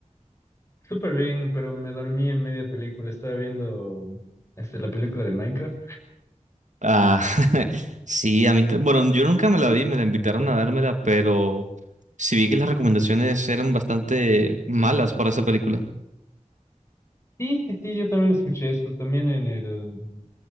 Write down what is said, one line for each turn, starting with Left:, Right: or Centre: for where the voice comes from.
Left: Súper bien, pero me dormí en media película. Estaba viendo este, la película de Minecraft.
Right: Ah, <laughs> sí, a mí, ta- bueno, yo nunca me la vi, me la invitaron a dármela, pero sí vi que las recomendaciones eran bastante malas para esa película.
Left: Sí, sí, sí, yo también escuché eso. También en el,